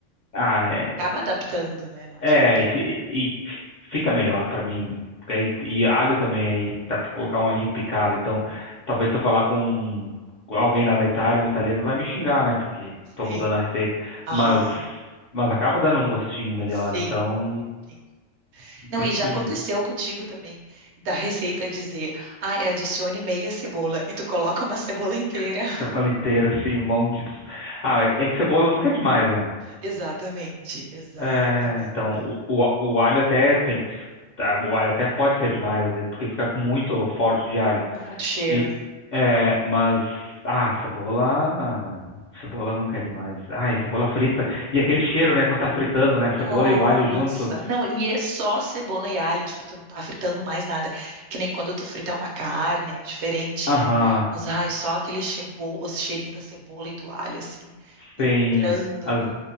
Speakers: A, on the left (about 55°); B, on the right (about 65°).
A: Ah, é,
B: Acaba adaptando, né? Não adianta.
A: é, é, e, fi- e fica melhor pra mim. porque aí- E alho também, aí dá pra colocar um alhinho picado. Então, talvez se eu falar com com alguém lá da Itália, um italiano, vai me xingar, né? Porque
B: Sim.
A: tô mudando a receita.
B: Aham.
A: Mas, mas acaba dando um gostinho melhor.
B: Sim.
A: Então,
B: sim. Não,
A: tem
B: e
A: que.
B: já aconteceu contigo também, da receita dizer, ai, adicione meia cebola, e tu coloca uma cebola inteira.
A: <laughs>
B: <laughs>
A: Cebola inteira, assim, um monte de. Ah, é é que cebola nunca é demais, né?
B: Exatamente, exatamente.
A: É, então, o, o, o alho até tem que. tá, O alho até pode ser demais, às vezes, porque fica com muito forte de alho.
B: Muito cheiro,
A: E,
B: né?
A: é, mas, ah, cebola. Cebola nunca é demais. Ah, e a cebola frita. E aquele cheiro, né? Quando tá fritando, né? a
B: Nossa.
A: Cebola e o alho junto.
B: Não, e é só cebola e alho, tipo, tu não tá fritando mais nada. Que nem quando tu frita uma carne, é diferente,
A: Aham.
B: né? Mas, ai, só aquele chebo, o cheirinho da cebola e do alho, assim, entrando.
A: Sim. As-